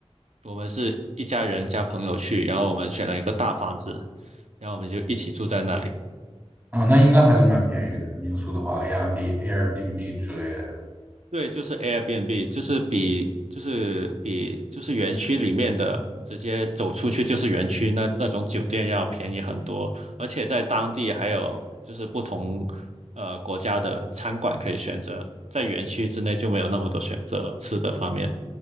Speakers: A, on the right; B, on the right.
A: 我们是一家人加朋友去，然后我们选了一个大房子，然后我们就一起住在那里。
B: 啊、那应该还是蛮便宜的。民宿的话，Airbnb、Airbnb 之类的。
A: 对，就是 Airbnb，就是比就是比就是园区里面的直接走出去就是园区那那种酒店要便宜很多，而且在当地还有就是不同呃国家的餐馆可以选择，在园区之内就没有那么多选择了，吃的方面。